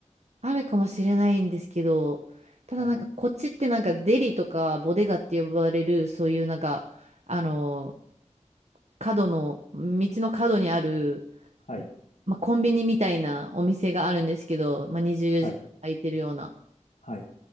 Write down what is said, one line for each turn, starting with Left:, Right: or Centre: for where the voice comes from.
Right: あるかもしれないんですけど、ただなんかこっちってなんかデリとかボデガって呼ばれる、
Left: はい。
Right: そういうなんか、あの、角の、道の角にある、
Left: はい。
Right: まあ、コンビニみたいなお店があるんですけど、まあ、24時間空いてるような。
Left: はい。はい。